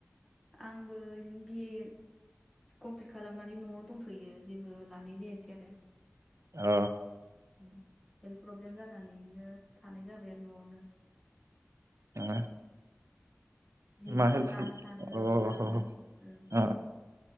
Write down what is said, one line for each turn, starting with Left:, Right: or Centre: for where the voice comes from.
Centre: आंबो बिदिनो बिए कमप्लिट खालामनानै न'आवनो दंथ'यो जेबो लानाय जायासै आरो
Right: अ
Centre: उम हेल्थ प्रब्लेम जानानै बिदिनो थानाय जाबाय आरो न'आवनो
Right: ओ
Centre: दिलिटफोर
Right: मा हेल फ्र
Centre: लानो सानदों
Right: अ
Centre: र' लानो
Right: ह ह
Centre: नांगोन
Right: ओ ओ ओ <unintelligible>
Centre: ओं